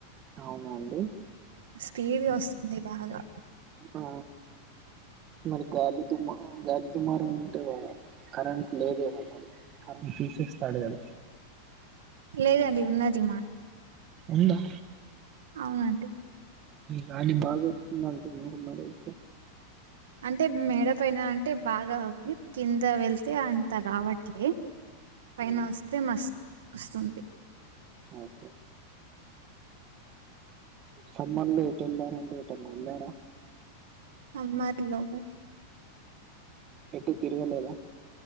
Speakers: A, on the right (about 30°); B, on the right (about 60°).
A: ఔనాండి
B: స్పీడ్గ ఒస్తుంది బాగా
A: ఆ మరి గాలి తుమ్మ గాలి తుమారం ఉంటే కరంట్ లేదేమో మరి కరంట్ తేసేస్తాడు గద
B: లేదండి ఉన్నది మ
A: ఉంద
B: ఔనండి
A: గాలి బాగా ఒస్తుంది అంటున్నరు మరైతే
B: అంటె మేడ పైన అంటే బాగా ఉంది కింద వెళ్తే అంత రావట్లే పైన
A: ఆ,
B: ఒస్తే మస్ ఒస్తుంది
A: ఓకె సమ్మర్ల ఎటు ఎల్లారండి ఎటన్న ఎళ్ళార
B: సమ్మర్లో
A: ఎటు తిరగలేద